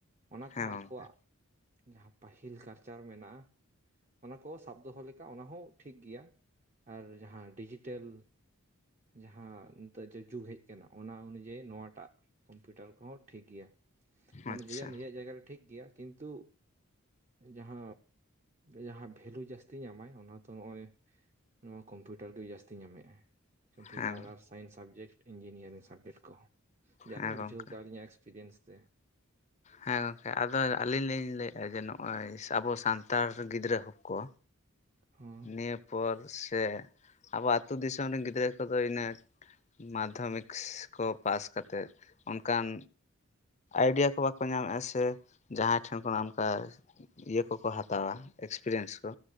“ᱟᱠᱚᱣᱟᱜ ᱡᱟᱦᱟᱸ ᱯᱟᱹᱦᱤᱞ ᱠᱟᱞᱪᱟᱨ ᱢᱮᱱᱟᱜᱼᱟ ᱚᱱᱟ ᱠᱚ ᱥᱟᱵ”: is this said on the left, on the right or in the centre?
Right